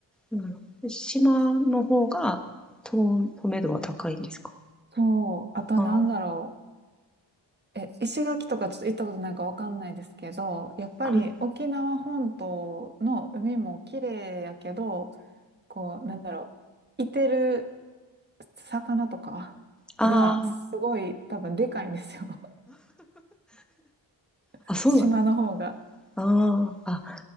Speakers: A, in the centre; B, on the right.
A: なるほど。島の方が、と、透明度は高いんですか
B: そう。あとなんだろう。
A: あ
B: え、石垣とかちょっと行ったことないかわかんないですけど、やっぱり沖縄本島の海も綺麗やけど、
A: あ、あ、うん
B: こう、なんだろう。いてる魚とかがすごい多分でかいんですよ。
A: ああ、
B: <laughs>
A: あ、そうなん
B: 島の方が。
A: ああー、あ、